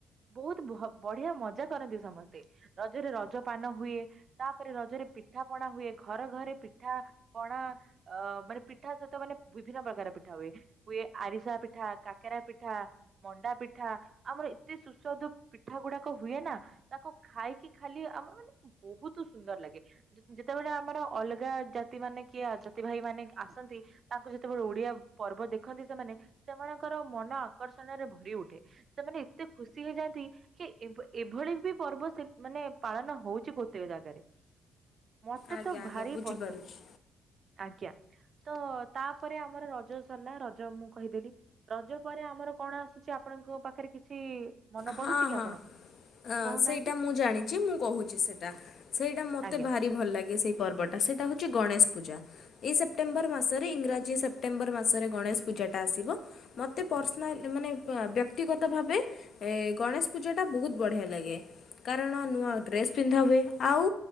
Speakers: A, on the right; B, on the left.
A: ବହୁତ ଭ-ବଢିଆ ମଜା କରନ୍ତି। ସମସ୍ତେ ରଜରେ ରଜ ପାନ ହୁଏ। ତାପରେ ରଜରେ ପିଠା ପଣା ହୁଏ ଘରେ ଘରେ ପିଠା ପଣା ଅ ମାନେ ପିଠା ସହିତ ମାନେ ବିଭିନ୍ନ ପ୍ରକାର ପିଠା ହୁଏ। ହୁଏ ଆରିସା ପିଠା। କାକେରା ପିଠା, ମଣ୍ଡା ପିଠା, ଆମର ଏତେ ସୁସ୍ୱାଦୁ ପିଠା ଗୁଡାକ ହୁଏ ନା ତାକୁ ଖାଇକି ଖାଲି ଆମ ମାନେ ବହୁତ ସୁନ୍ଦର ଲାଗେ ଯେତେବେଳେ ଆମର ଅଲଗା ଜା ତି ମାନେ କିଏ ଜାତି ଭାଇ ମାନେ ଆସନ୍ତି ତାଙ୍କୁ ଯେତେବେଳେ ଓଡିଆ ପର୍ବ ଦେଖନ୍ତି ସେମାନେ ସେମାନଙ୍କ ର ମନ ଆକର୍ଷଣରେ ଭରି ଉଠେ ସେମାନେ ଏତେ ଖୁସି ହେଇଯାଆନ୍ତି କି ଏ-ଏଭଳି ବି ପର୍ବ ସେ ମାନେ ପାଳନ ହଉଚି କେତେକ ଜାଗାରେ। ମତେ
B: ଆଜ୍ଞା
A: ତ
B: ଆଜ୍ଞା
A: ଭାରି
B: ବୁଝିପାରୁଛି
A: ପସନ୍ଦ ଆଜ୍ଞା। ତ ତାପରେ ଆମର ରଜ ସରିଲା ରଜ ମୁଁ କହିଦେଲି। ରଜ ପରେ ଆମର କଣ ଆସୁଛି? ଆ ପଣଙ୍କ ପାଖରେ କିଛି ମନ
B: ହଁ
A: ପଡୁଛି କି
B: ହଁ
A: ଆପଣଙ୍କ?
B: ଅଁ,
A: କହୁନାହାନ୍ତି
B: ସେଇଟା ମୁଁ ଜାଣିଚି ମୁଁ କହୁଚି ସେଟା ସେଇଟା ମତେ
A: ଆଜ୍ଞା
B: ଭାରି ଭଲ ଲାଗେ ସେଇ ପର୍ବଟା ସେଇଟା ହ ଚି ଗଣେଷ ପୂଜା ଏଇ ସେପ୍ଟେମ୍ବର ମାସରେ ଇଂରାଜୀ ସେପ୍ଟେମ୍ବର ମାସରେ ଗଣେଷ ପୂଜାଟା ଆସିବ। ମତେ ପର୍ସନା ମାନେ ବ୍ୟକ୍ତିଗତ ଭାବେ ଏ ଗଣେଶ ପୂଜାଟା ବହୁତ ବଢ଼ିଆ ଲାଗେ କାରଣ ନୂଆ ଡ୍ରେସ୍ ପିନ୍ଧା ହୁଏ। ଆଉ